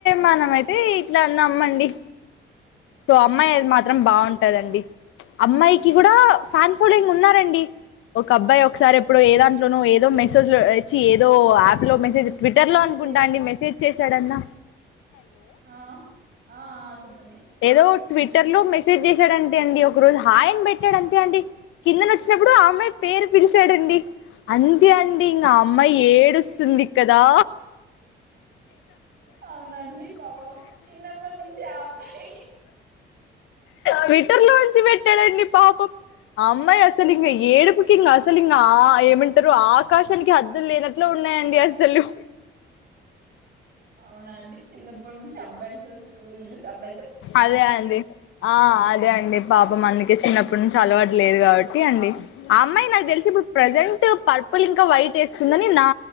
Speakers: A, on the left; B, on the right.
A: మనమైతే ఇట్లా నమ్మండి సో
B: అవునండి
A: అమ్మాయి అది మాత్రం బావున్ టదండి అమ్మాయికి కూడా ఫ్యాన్ ఫాలోయింగ్ ఉన్నారండి ఒక అబ్బాయి ఒకసారి ఎప్పుడో ఏ దాంట్లోనో ఏదో మెసేజ్ లు ఇచ్చి ఏదో యాప్ లో మెసేజ్ ట్విట్టర్ లో
B: హలో
A: అనుకుంటా అండి మెసేజ్ చేశాడన్నా
B: ఆ ఆ చెప్పండి
A: ఏదో ట్విట్టర్ లో మెసేజ్ చేశాడంతే అండి ఒక రోజు హాయ్ అని పెట్టాడు అంతే అండి కిందన వచ్చినప్పుడు ఆ అమ్మాయి పేరు పిలిచాడండి అంతే అండి ఇంక ఆ అమ్మాయి ఏడుస్ సుందికదా
B: అవునండి పాపం చిన్నప్పటి నుంచి ఆ అబ్బాయి
A: ట్విట్టర్ లోంచి పెట్టాడండి పాపం ఆ అమ్మాయి అసలు ఇంక ఏడుపుకి ఇంకా అసలు ఇంకా ఏమంటారు ఆకాశానికి హద్దులు లేనట్లు ఉన్నాయండి అసలు
B: ఆ అవునా అండి చిన్నప్పటి నుం చబ్బయిలు తోచూడలేదు చబ్
A: అదే అండి ఆ అదే అండి పాపా మంది ఏ చిన్నపటినుచ్చి అల్వట్ లేదు గావట్ట ఒకేండి ఆ అమ్మాయి నాకు తెలిసి ఇప్పుడు ప్రజెంట్ పర్పుల్ ఇంకా వైట్ ఏసుకుందని నా